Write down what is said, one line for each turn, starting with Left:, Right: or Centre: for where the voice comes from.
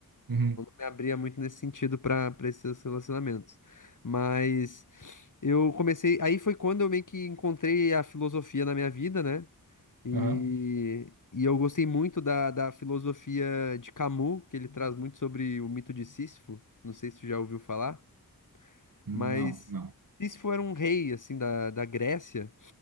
Right: Uhum,
Left: Me abria muito nesse sentido pra para esses relacionamentos. Mas eu comecei, aí foi quando eu meio que encontrei a filosofia na minha vida, né? E,
Right: aham.
Left: e eu gostei muito da, da filosofia de Camus, que ele traz muito sobre o mito de Sísifo. Não sei se tu já ouviu falar.
Right: Não,
Left: Mas
Right: não.
Left: isso foi um rei assim da, da Grécia